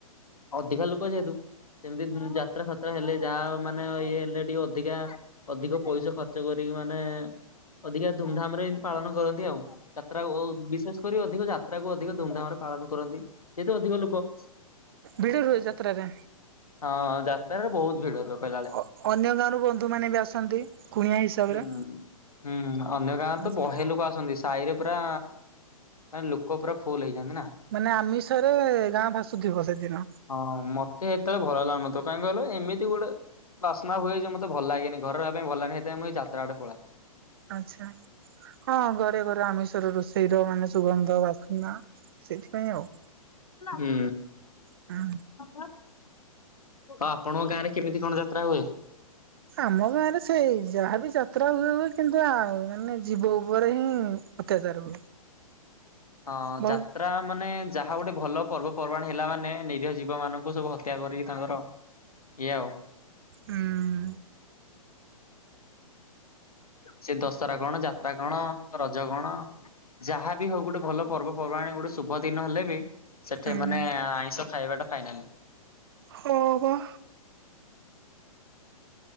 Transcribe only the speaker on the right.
ଭିଡ଼ ହୁଏ ଯାତ୍ରା ରେ।
ଅ ଅନ୍ୟ ଗାଁରୁ ବନ୍ଧୁ ମାନେ ବି ଆସନ୍ତି କୁଣିଆ ହିସାବରେ।
ଆଚ୍ଛା।
ମାନେ ଆମିଷରେ ଗାଁ ଭାସୁଥିବ ସେଦିନ।
ଆଛା ହଁ ଘରେ କରୁ ଆମିଷର ରୋଷେଇର ମାନେ ସବୁ ସୁଗନ୍ଧ ବାସ୍ନା ସେଇଥିପାଇଁ ଆଉ।
ହୁଁ।
ଆମ ଗାଁରେ ସେଇ ଯାହାବି ଯାତ୍ରା ହୁଏ ହୁଏ କିନ୍ତୁ ଆଉ ମାନେ ଯୀବ ଉପରେ ହିଁ- ଅତ୍ୟାଚାର।
ବହୁ
ହୁଁ।
ହୁଁ।
ହଁ ବା।